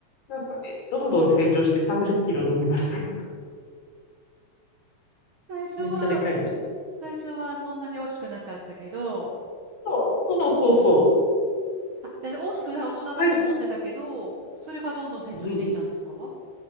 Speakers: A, on the left; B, on the right.
A: なんかね、どんどん成長して30キロになりましたね。
B: 最初は、
A: めっちゃでかいです。
B: 最初はそんなに大きくなかったけど、
A: そうそうそうそ
B: あ、じゃあ大きくない大人だと思ってたけど、
A: う。はい
B: それがどんどん成長していったんですか
A: うん、